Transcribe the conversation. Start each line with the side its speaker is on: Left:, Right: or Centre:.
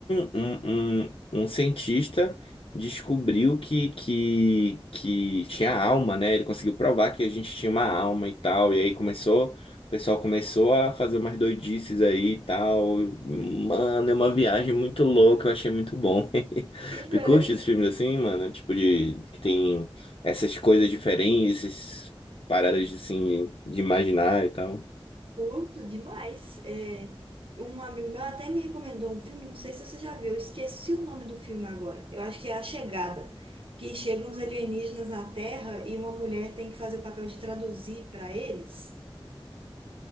Left: um, um, um um cientista descobriu que, que, que tinha alma, né? Ele conseguiu provar que a gente tinha uma alma e tal. E aí começou, o pessoal começou a fazer umas doidices aí e tal. Mano, é uma viagem muito louca, eu achei muito bom. <laughs>
Right: Cidade,
Left: Tu curte esses filmes assim, mano? Tipo, de que tem essas coisas diferentes, essas paradas assim de imaginar e tal.
Right: curto demais. É, um amigo meu até me recomendou um filme, não sei se você já viu, eu esqueci o nome do filme agora. Eu acho que é A Chegada, que chegam uns alienígenas na Terra e uma mulher tem que fazer o papel de traduzir para eles.